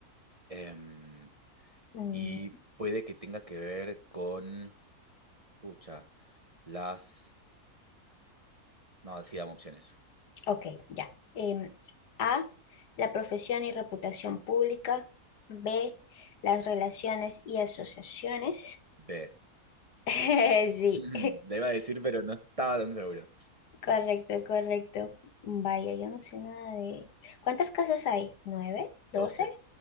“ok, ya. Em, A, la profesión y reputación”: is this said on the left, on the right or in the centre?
Left